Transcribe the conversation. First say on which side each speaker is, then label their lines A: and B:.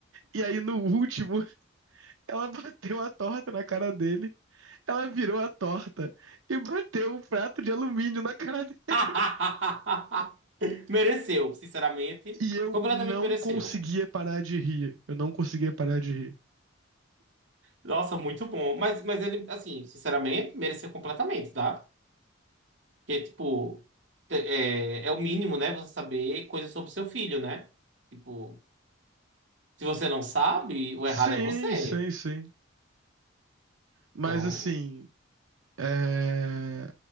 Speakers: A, on the right (about 80°); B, on the right (about 60°).
A: E aí, no último, <laughs> ela bateu a torta na cara dele. Ela virou a torta e bateu um prato de alumínio na cara dele.
B: <laughs> Mereceu, sinceramente.
A: E eu
B: Completamente
A: não
B: mereceu.
A: conseguia parar de rir. Eu não conseguia parar de rir.
B: Nossa, muito bom. Mas, mas ele, assim, sinceramente, mereceu completamente, tá? Porque, tipo, te- é, é o mínimo, né? Você saber coisas sobre seu filho, né? Tipo, se você não sabe, o
A: Sim,
B: errado é você.
A: sim, sim. Mas
B: Então,
A: assim, é,